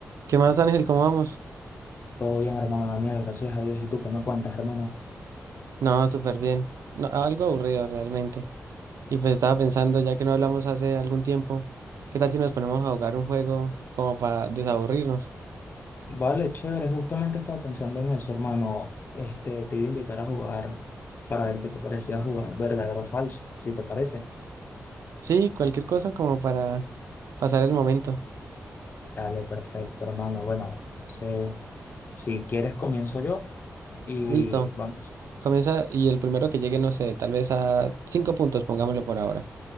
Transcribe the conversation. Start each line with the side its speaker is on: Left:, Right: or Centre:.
Right: ¿Qué más, Ángel? ¿Cómo vamos?
Left: Todo bien, hermano Daniel, gracias a Dios. ¿Y tú qué me cuentas, hermano?
Right: No, súper bien. No, algo aburrido realmente. Y pues estaba pensando, ya que no hablamos hace algún tiempo, ¿qué tal si nos ponemos a jugar un juego como para desaburrirnos?
Left: Vale, chévere, justamente estaba pensando en eso, hermano. Este, te iba a invitar a jugar para ver qué te parecía jugar, verdadero o falso, si te parece.
Right: Sí, cualquier cosa como para pasar el momento.
Left: Dale, perfecto, hermano. Bueno, no sé, si quieres comienzo yo y
Right: Listo.
Left: vamos.
Right: Comienza y el primero que llegue, no sé, tal vez a cinco puntos, pongámoslo por ahora.